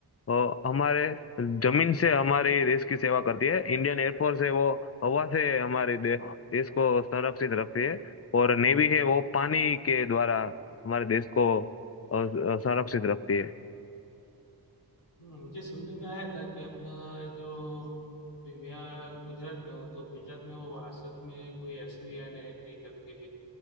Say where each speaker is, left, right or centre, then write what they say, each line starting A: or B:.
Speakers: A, on the left; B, on the left.
A: अ, हमारे जमीन से हमारे देश की सेवा करती है इंडियन एयरफोर्स है वो हवा से हमारे दे, देश को संरक्षित रखती है और नेवी है वो पानी के द्वारा हमारे देश को अ, संरक्षित रखती है
B: हम्म, मुझे सुनने में आया था कि अपना जो विमया गुजरात में हो तो गुजरात में वो वासत में कोई S V N I T करके